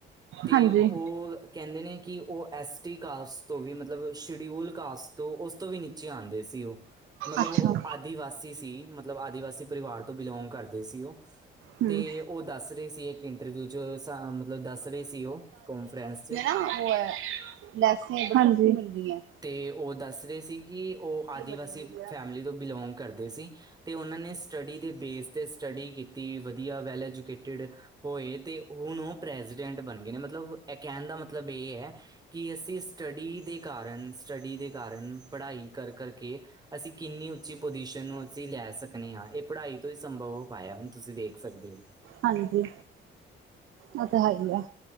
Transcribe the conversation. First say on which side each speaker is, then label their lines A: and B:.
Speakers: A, on the right; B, on the right.
A: ਤੇ
B: ਹਾਂਜੀ
A: ਉਹ ਕਹਿੰਦੇ ਨੇ ਕਿ ਉਹ ਐੱਯਸ ਟੀ ਕਾਸਟ ਤੋਂ ਵੀ ਮਤਲਬ ਸ਼ਡਿਊਲ ਕਾਸਟ ਤੋਂ ਉਸ ਤੋਂ ਵੀ ਨੀ ਵਿੱਚ ਆਉਂਦੇ ਸੀ ਉਹ ਮਤਲਬ
B: ਅੱਛਾ
A: ਉਹ ਆਦਿਵਾਸੀ ਸੀ, ਮਤਲਬ ਆਦਿਵਾਸੀ ਪਰਿਵਾਰ ਤੋਂ ਬਿਲੋਂਗ ਕਰਦੇ ਸੀ ਉਹ।
B: ਹਮ
A: ਤੇ ਉਹ ਦੱਸ ਰਹੇ ਸੀ ਇੱਕ ਇੰਟਰਵਿਊ 'ਚ ਮਤਲਬ ਦੱਸ ਰਹੇ ਸੀ ਉਹ ਕਨਫਰੰਸ 'ਚ
B: ਉਹ ਐ, <unintelligible> <unintelligible> ਹਾਜੀ।
A: ਤੇ ਉਹ ਦੱਸ ਰਹੇ ਸੀ ਕਿ ਉਹ ਆਦਿਵਾਸੀ
B: ਮਿੰਟ ਜਿਹੜਾ
A: ਫੈਮਲੀ ਤੋਂ ਬਿਲੋਗ ਕਰਦੇ ਸੀ। ਤੇ ਉਹਨਾਂ ਨੇ ਸਟੱਡੀ ਦੇ ਬੇਸ 'ਤੇ ਸਟੱਡੀ ਕੀਤੀ ਵਧੀਆ ਵੈੱਲ ਐਜੂਕੇਟਿਡ ਹੋਏ ਤੇ ਹੁਣ ਉਹ ਪ੍ਰੈਜੀਡੈਂਟ ਬਣ ਗਏ ਨੇ ਮਤਲਬ ਇਹ ਕਹਿਣ ਦਾ ਮਤਲਬ ਇਹ ਹੈ ਕਿ ਅਸੀਂ ਸਟੱਡੀ ਦੇ ਕਾਰਨ ਸਟੱਡੀ ਦੇ ਕਾਰਨ ਪੜ੍ਹਾਈ ਕਰ-ਕਰ ਕਰਕੇ ਅਸੀਂ ਕਿੰਨੀ ਉੱਚੀ ਪੁਜੀਸ਼ਨ ਨੂੰ ਅਸੀਂ ਲੈ ਸਕਦੇ ਹਾਂ ਇਹ ਪੜ੍ਹਾਈ ਤੋਂ ਹੀ ਸੰਭਵ ਹੋ ਪਾਇਆ ਹੁਣ ਤੁਸੀਂ ਦੇਖ ਸਕਦੇ ਹੋ।
B: ਹਾਂਜੀ‌। ਉਹ ਤਾਂ ਹੈ ਹੀ ਆ।